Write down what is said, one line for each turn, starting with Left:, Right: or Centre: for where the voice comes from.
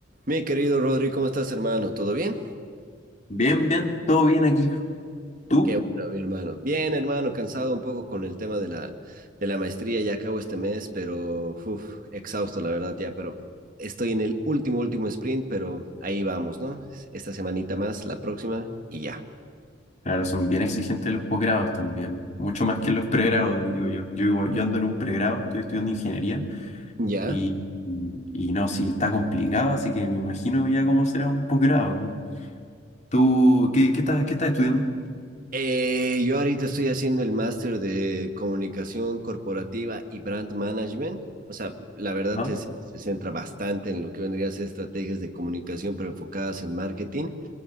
Right: Mi querido Rodri, ¿cómo estás, hermano? ¿Todo bien?
Left: Bien, bien, todo bien aquí. ¿Tú?
Right: Qué bueno, mi hermano. Bien, hermano, cansado un poco con el tema de la, de la maestría. Ya acabo este mes, pero uf, exhausto, la verdad, ya, pero estoy en el último, último sprint, pero ahí vamos, ¿no? Esta semanita más, la próxima, y ya.
Left: Ahora son bien exigentes los posgrados también, mucho más que los pregrados, digo yo. Yo, igual- yo ando en un pregrado, estoy estudiando ingeniería
Right: Ya.
Left: y, y, y no, sí, está complicado, así que me imagino ya cómo será un posgrado, ¿no? ¿Tú qué, qué estás, qué estás estudiando?
Right: Eh, yo ahorita estoy haciendo el máster de comunicación corporativa y brand management. O sea, la verdad
Left: Ah,
Right: es- se centra bastante en lo que vendría a ser estrategias de comunicación, pero enfocadas en marketing.